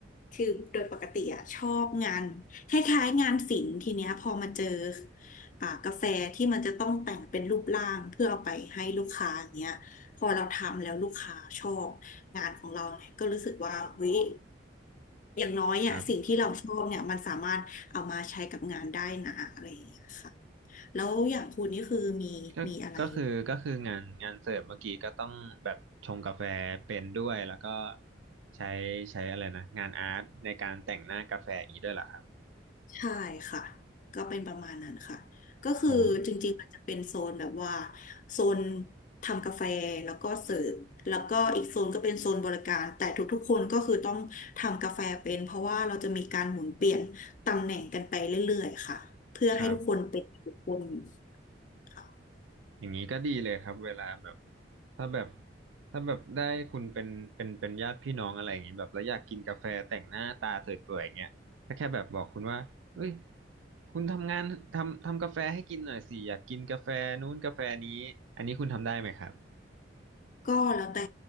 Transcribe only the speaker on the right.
ครับ
ก็ก็คือก็คืองานงานเสิร์ฟเมื่อกี้ก็ต้องแบบชงกาแฟเป็นด้วยแล้วก็ใช้ใช้อะไรนะงานอาร์ตในการแต่งหน้ากาแฟอย่างนี้ด้วยเหรอครับ
โห
ครับ
อย่างนี้ก็ดีเลยครับเวลาแบบถ้าแบบถ้าแบบได้คุณเป็นเป็นเป็นญาติพี่น้องอะไรอย่างนี้แบบแล้วอยากกินกาแฟแต่งหน้าตาสวยๆอย่างเงี้ยก็แค่แบบบอกคุณว่าเอ้ยคุณทำงานทำทำกาแฟให้กินหน่อยสิอยากกินกาแฟนู้นกาแฟนี้อันนี้คุณทำได้ไหมครับ